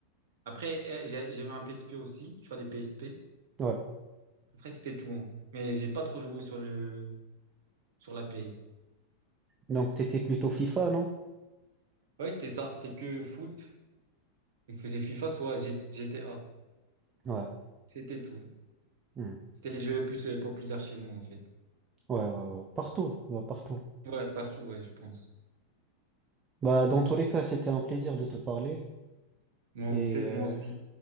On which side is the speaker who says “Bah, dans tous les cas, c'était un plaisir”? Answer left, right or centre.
Right